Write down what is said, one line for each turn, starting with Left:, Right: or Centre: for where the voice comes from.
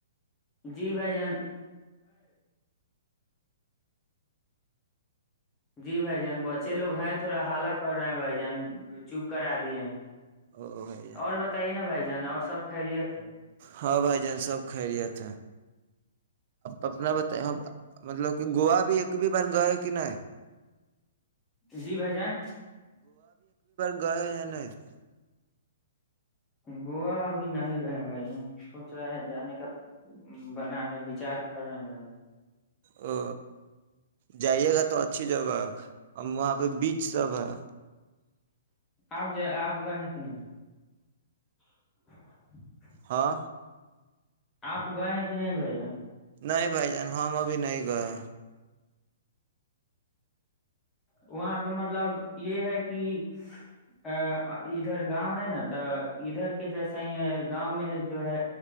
Left: جی بھائی جان جی بھائی جان بچے لوگ ہیں تھوڑا حالا کر رہے ہیں بھائی جان چوپ کرا دیے ہیں
Right: او بھائی جان
Left: اور بتائیے نا بھائی جان اور سب خیریت ہے
Right: ہاں بھائی جان سب خیریت اپنا بت مطلب کہ گووا بھی ایک بھی بار گئے کہ نہیں
Left: جی بھائی جان
Right: گ ہے یا نہیں <unintelligible> <unintelligible>
Left: گووا ابھی نہیں گئے بھائی سوچ رہے ہیں جانے کا بنا رہے بچار کر رہے ہیں بھائی
Right: او جائیے گا تو اچھی جگہ ہم وہاں پہ بیچ سب ہے
Left: آپ ج آپ گئے ہیں کہ نہیں <unintelligible> <inaudible>
Right: ہاں
Left: آپ گئے ہیں کہ نہیں بھائی جان
Right: نہیں بھائی جان ہم ابھی نہیں گئے
Left: وہاں پہ مطلب یہ ہے کہ ا ادھر گاؤں ہے نا تو ادھر کے جیسا ہی ہے گاؤں میں جو ہے